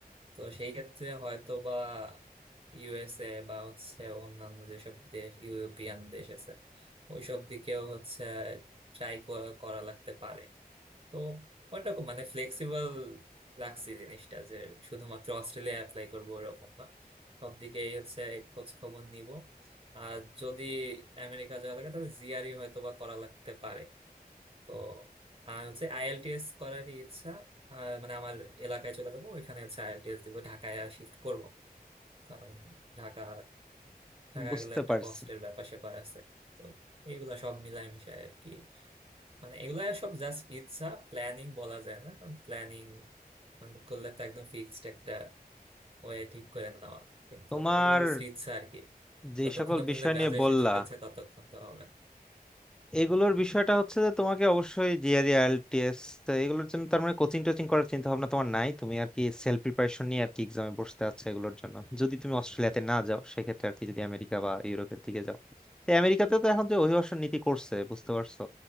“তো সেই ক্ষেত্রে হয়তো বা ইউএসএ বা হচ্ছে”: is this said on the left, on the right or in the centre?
Right